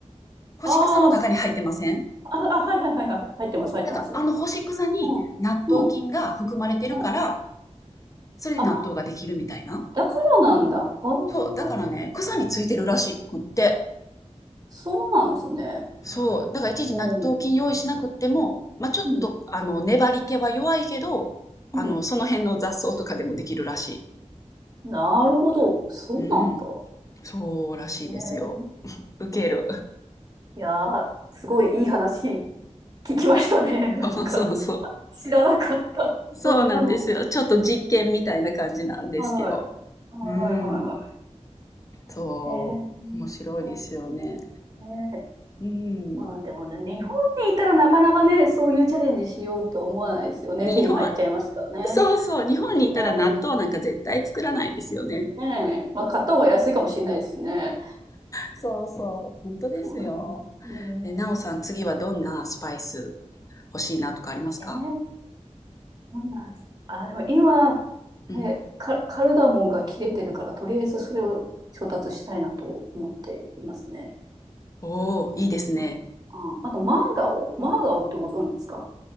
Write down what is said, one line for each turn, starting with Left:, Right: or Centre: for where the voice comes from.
Left: 干し草の中に入ってません
Right: あーすあ、あ、はいはいはいはい。入ってます、入ってます。
Left: だからあの干し草に納豆菌が含まれてるから、
Right: うん。うん。うん。
Left: それで納豆ができるみたいな。
Right: あー、だからなんだ。ああ。
Left: そう、だからね、草についてるらしくって。
Right: そうなんですね。
Left: そう、だからいちいち納豆菌用意しなくっても、
Right: うん
Left: まあ、ちょっと、
Right: うん、
Left: あの、粘り気は弱いけど、あの、
Right: うん。
Left: その辺の雑草とかでもできるらし
Right: なるほど。そうなんだ。
Left: い。うん。そうらしいですよ。
Right: ね
Left: ウケる。
Right: え。いやー、すごいいい話聞きましたね。
Left: <laughs>
Right: <laughs> なんか、
Left: そうそうそう。
Right: 知らなかった。
Left: そうなんですよ。
Right: そんなの。
Left: ちょっと実験みたいな感じなんですけど。
Right: はい。はいはいはいは
Left: うん。そう。
Right: い。ねえ。
Left: 面白いですよね。
Right: ねえ。
Left: うん。
Right: まあでもね、日本にいたらなかなかね、そういうチャレンジしようって思わないですよね。
Left: 日本、
Right: 手に入っちゃいますからね。
Left: そうそう、日本にいたら納豆なんか絶対作らないですよね。
Right: うん。ねえ。まあ、買った方が安いかもしれないですね。
Left: そうそう、本当ですよ。
Right: <laughs> ね
Left: え、なおさん、次はどんなスパイス欲しいなとかありますか
Right: え。えー、そうなんです。あ、でも今、
Left: うん。
Right: え、カ、カルダモンが切れてるから、とりあえずそれを調達したいなと思っていますね。
Left: おー、いいですね。
Right: うんあ、あと、マーガオマーガオってご存知ですか